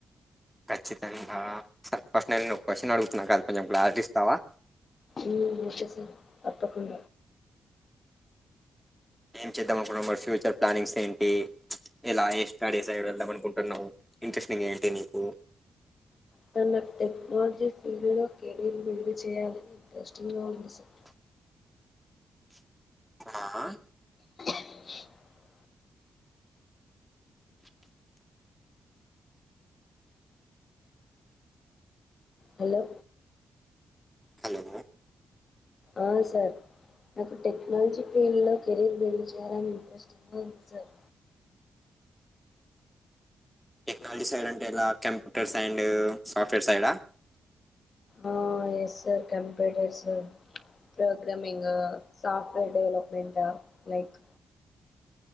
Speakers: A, in the centre; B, on the left.
A: ఖచ్చితంగా ఇస్తఫస్ట్ 'నేను క్వ షన్ అడుగుతున్నా కాదు కొంచెం క్లారిటి ఇస్తావా
B: ఉమ్ ఒకే సార్. తప్పకుండ
A: ఏం చేద్దాం అనుకుంటన్నాం మరి ఫ్యూచర్ ప్లానింగ్స్ ఏంటి ఎలా స్టడీస్. సైడ్. వెళ్ళాదాం అనుకుంటున్నావ్ ఇంట్రెస్టింగ్ ఏంటి నీకు
B: సర్ నాకు టెక్నోలజీ ఫీల్డొకేరు వీల్డ్ చేయ్యాల్ని ఇంటంట్రెస్టింగ్ సర్
A: ఆఆ
B: హి చ్ <unintelligible> హలో
A: హలో
B: ఆ సార్ నాకు టెక్నాలజీ ఫీల్డ్ లో కెరీర్ బిల్. చేయాలని ఇంట్రెస్ట్ గా ఉంది సార్
A: టెక్నాలజీ సైడ్ అంటే ఎలా computers. And software side
B: ఆఎస్ sir computers programming software డెవలప్మెంటా like